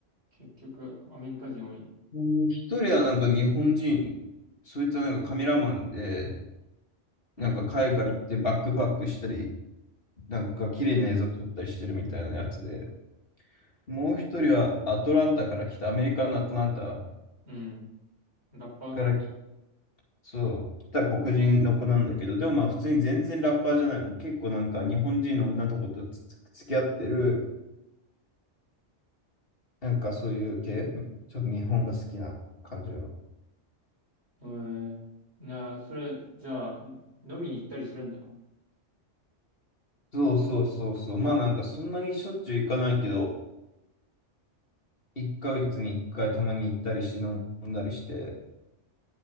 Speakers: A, on the right; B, on the left.
A: 結局、アメリカ人多い。
B: うん一人はなんか日本人、そいつはなんかカメラマンで、なんか海外行ってバックパックしたり、
A: えー
B: なんか綺麗な映像撮ったりしてるみたいなやつで、もう一人はアトランタから来た、アメリカのアトランタ
A: うん。ラッパーとか。
B: から来、そう、来た黒人の子なんだけど、でもまあ普通に全然ラッパーじゃない、もう結構なんか日本人の女の子とつつ付き合ってる、なんかそういう系、ちょっと日本が好きな感じの。
A: えー、なあ、それ、じゃあ、飲みに行ったりするんだ。
B: そうそうそうそう。まあなんかそんなにしょっちゅう行かないけど、1ヶ月に1回たまに行ったりして飲んだりしてっ